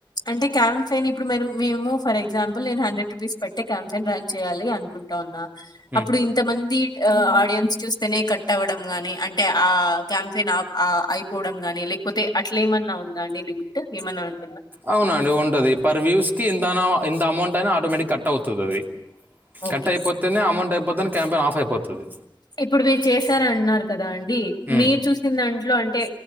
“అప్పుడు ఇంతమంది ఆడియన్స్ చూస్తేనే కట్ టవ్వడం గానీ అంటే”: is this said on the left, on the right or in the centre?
Left